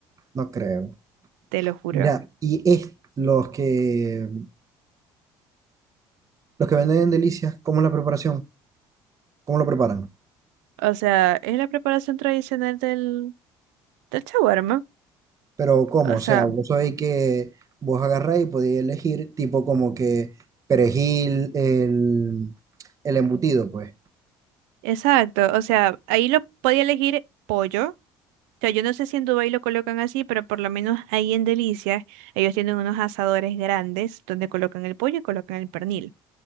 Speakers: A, on the right (about 35°); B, on the right (about 85°).
A: no creo.
B: Te lo juro.
A: Mira, y es los que los que venden en Delicias, ¿cómo es la preparación? ¿Cómo lo preparan?
B: O sea, es la preparación tradicional del, del shawarma.
A: Pero ¿cómo?
B: O
A: O
B: sea,
A: sea, vos sabéis que vos agarráis y podéis elegir tipo como que perejil, el, el embutido, pues.
B: exacto. O sea, ahí lo podía elegir pollo. O sea, yo no sé si en Dubái lo colocan así, pero por lo menos ahí en Delicias, ellos tienen unos asadores grandes donde colocan el pollo y colocan el pernil.